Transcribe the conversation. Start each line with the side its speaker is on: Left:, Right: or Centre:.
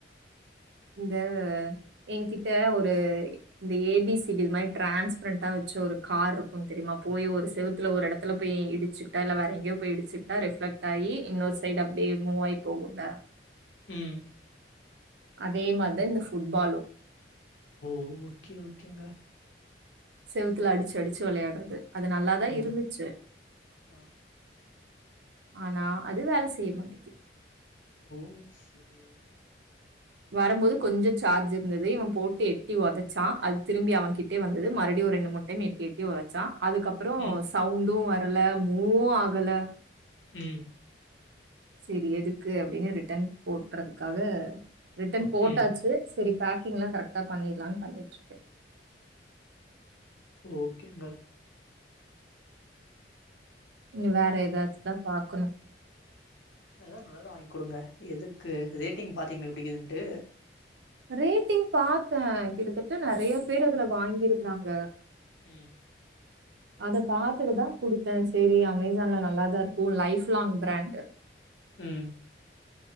Right: இந்த என்கிட்ட ஒரு இந்த ஏ பி சி டி மாதிரி டிரான்ஸ்பரண்டா வெச்ச ஒரு கார் இருக்கோ தெரியுமா போய் ஒரு செவுத்துல ஒரு எடத்துல போய் இடிச்சுக்கிட்டா இல்ல வேற எங்கயோ போய் இடிச்சுக்கிட்டா ரிஃப்ளெக்ட் ஆயி இன்னொரு சைடு அப்டியே மூவ் ஆயி போகும்ல
Left: உம்
Right: அதே மாதிரிதான் இந்த ஃபுட்பாலும்
Left: ஓ ஓகே ஓகேங்க
Right: செவுத்துல அடிச்சு அடிச்சு விளையாடுறது அது நல்லாதான்
Left: ம்
Right: இருந்துச்சு
Left: ஆ
Right: ஆனா அது வேல செய்ய மாட்டுக்கு
Left: ஓ சேரி
Right: வரும்போது கொஞ்ச சார்ஜ் இருந்தது இவ போட்டு எட்டி உதச்சா அது திரும்பி அவங்கிட்டியே வந்தது மறுபடியும் ஒரு ரெண்டு மூணு டைம் எட்டி எட்டி உதைச்சான் அதுக்கப்பறோம்
Left: ம்,
Right: சவுண்டு வர்ல கல மூவ் ஆகல
Left: ம்
Right: சேரி எதுக்கு அப்டின்னு ரிட்டன் போட்டுறதுக்காக ரிட்டன் போட்டாச்சு
Left: ம்.
Right: சரி பேக்கிங்லா கரெக்டா பண்ணிடலான் பண்ணிட்ருக்கே
Left: ஓகேங்க
Right: இங்க வேற ஏதாச்சு தா பாக்கணும்
Left: எதாவுது நல்லாதா வாங்கி குடுங்க எதுக்கு ரேட்டிங் பாத்தீங்ளா எப்டி கீதுன்ட்டு
Right: ரேட்டிங் பாத்தே கிட்டத்தட்ட நெறைய பேர் அதுல வாங்கிருந்தாங்க
Left: ம்
Right: அத பாத்துட்டுதா குடுத்தேன் சரி அமேசான்ல நல்லாதா இருக்கும் லைஃப் லாங் பிராண்டு
Left: ம்